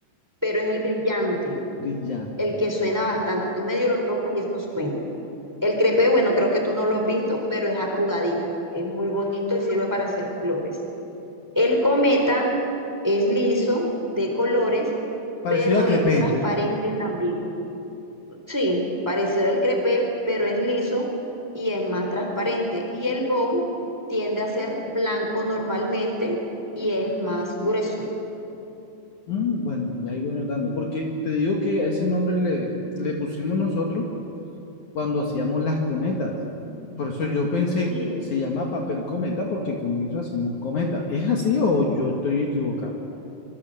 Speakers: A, in the centre; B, on the left (about 55°).
A: pero es el brillante,
B: Brillante.
A: el que suena bastante. Tú medio lo tocas y eso suena. El crepé bueno, creo que tú no lo has visto, pero es arrugadito, es muy bonito y sirve para hacer flores. El cometa es liso, de colores,
B: Parecido
A: pero
B: a crepé.
A: es transparente también. Sí, parecido al crepé pero es liso y es más transparente. Y el bone tiende a ser blanco normalmente y es más grueso.
B: Mm, bueno, ya ahí voy notando. Porque te digo que a ese nombre le, le pusimos nosotros cuando hacíamos las cometas. Por eso yo pensé,
A: Sí.
B: se llama papel cometa porque con eso hacemos cometa. ¿Es así o yo estoy equivocado?